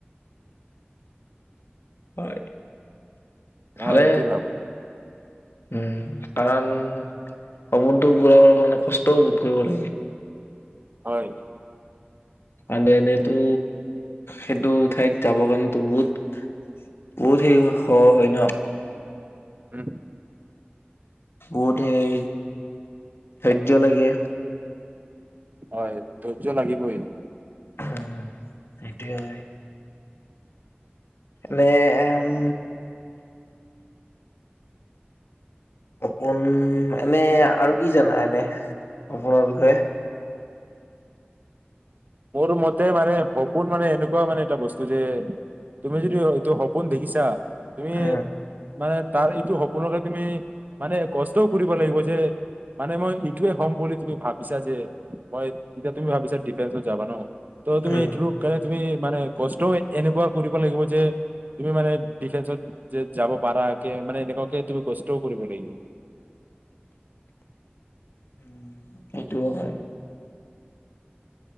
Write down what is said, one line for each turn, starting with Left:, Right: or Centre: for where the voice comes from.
Left: হয়
Right: মই
Left: ভালে
Right: এইটোৱে ভাবোঁ।
Left: উম, কাৰণ সপোনটো পুৰা কৰিবৰ কাৰণে কষ্টও বহুত কৰিব লাগে।
Right: হয়।
Left: এনেইতো সেইটো ঠাইত যাব কাৰণেতো বহুত, বহুত সেই হয় ন'।
Right: উম।
Left: বহুত সেই ধৈৰ্য লাগে।
Right: হয়, ধৈৰ্য্য লাগিবই।
Left: হয়, হয় সেইটোৱে হয়। নে উম। অকণ এনে আৰু কি জানা? এনে সপোনৰ বিষয়ে।
Right: মোৰ মতে মানে সপোন মানে এনেকুৱা মানে এটা বস্তু যে তুমি যদি এইটো সপোন দেখিছা। তুমি
Left: উম
Right: মানে তাৰ এইটো সপোনৰকে তুমি মানে কষ্টও কৰিব লাগিব যে মানে মই এইটোৱে হ'ম বুলি তুমি ভাবিছা যে, মই, এতিয়া তুমি ভাবিছা দুফেংস্ত যাবা ন? তো তুমি
Left: উম
Right: টো কালে তুমি মানে কষ্টও এনেকুৱা কৰিব লাগিব যে তুমি মানে ডিফেন্সত যে যাব পাৰাকে মানে এনেকুৱাকে তুমি কষ্টও কৰিব লাগিব।
Left: উম সেইটোও হয়।